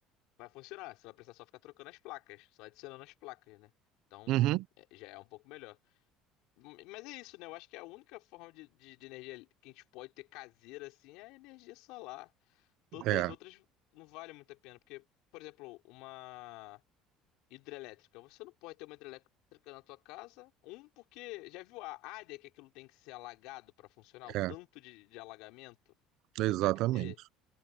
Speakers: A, on the left (about 70°); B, on the right (about 55°).
A: vai funcionar. Você vai precisar só ficar trocando as placas, só adicionando as placas, né? Então,
B: Uhum.
A: é- já é um pouco melhor. Mas é isso, né? Eu acho que a única forma de, de, de energia que a gente pode ter caseira assim é a energia solar. Todas
B: É,
A: as outras não valem muito a pena, porque, por exemplo, uma hidrelétrica. Você não pode ter uma hidrelétrica na tua casa. Um, porque já viu a área que aquilo tem que ser alagado para funcionar, o
B: é,
A: tanto de, de alagamento que
B: exatamente.
A: tem que ter?